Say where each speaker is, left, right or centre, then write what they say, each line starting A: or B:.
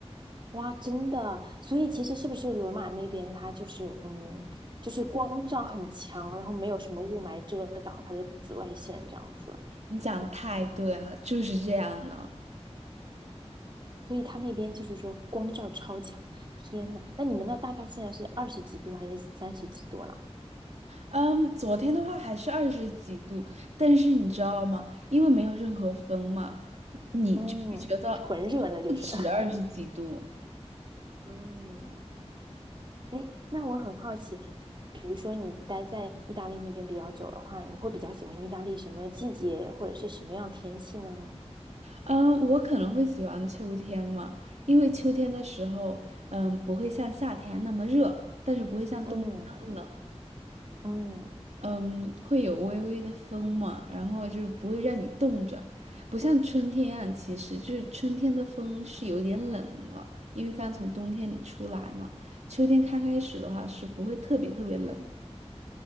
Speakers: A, on the right; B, on the right.
A: 哇，真的，所以其实是不是罗马那边它就是嗯，就是光照很强，然后没有什么雾霾遮挡它的紫外线这样子，
B: <laughs> 你讲得太对了，就是这样的。
A: 所以它那边就是说光照超强。天呐，那你们那大概现在是二十几度还是三十几度了？
B: 嗯，昨天的话还是二十几度，但是你知道吗？因为没有任何风嘛，你就会觉得
A: 嗯，纯热那就是。
B: 不止二十几度。
A: <laughs> 嗯，哎，那我很好奇，比如说你待在意大利那边比较久的话，你会比较喜欢意大利什么季节或者是什么样天气呢？
B: 嗯，我可能会喜欢秋天嘛，因为秋天的时候，嗯，不会像夏天那么热，但是不会像冬天那么冷。
A: 嗯嗯。
B: 嗯，会有微微的风嘛，然后就是不会让你冻着，不像春天啊，其实就是春天的风是有点冷了，因为刚从冬天里出来嘛。秋天刚开始的话是不会特别特别冷。